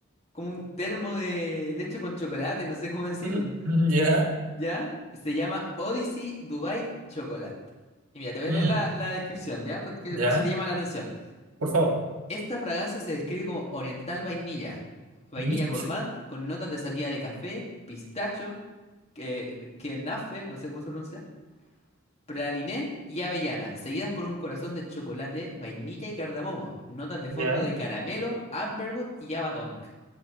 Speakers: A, on the left; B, on the right.
A: como un termo de leche con chocolate, no sé cómo decirlo.
B: mm, mm, ya,
A: ¿ya? Y se llama Odyssey Dubai Chocolate. Y mira, te voy
B: mm,
A: a leer la, la descripción, ¿ya? Porque,
B: ya,
A: por si te llama la atención.
B: por favor,
A: Esta fragancia se describe como oriental vainilla, vainilla
B: Mitch,
A: gourmand, con notas de salida de café, pistacho, que, kenafe, no sé cómo se pronuncia, praliné y avellana, seguidas por un corazón de chocolate, vainilla y cardamomo, notas de fondo
B: ya.
A: de caramelo, amberwood y abatonca.